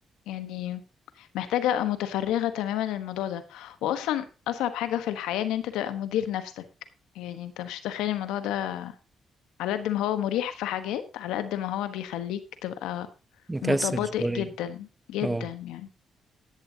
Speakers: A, on the left; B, on the right.
A: يعني محتاجة أبقى متفرغة تماما للموضوع ده وأصلا أصعب حاجة في الحياة إن أنت تبقى مدير نفسك يعني أنت مش متخيل الموضوع ده على قد ما هو مريح في حاجات على قد ما هو بيخليك تبقى
B: مكسل
A: متباطئ
B: شوية
A: جدا جدا
B: اه
A: يعني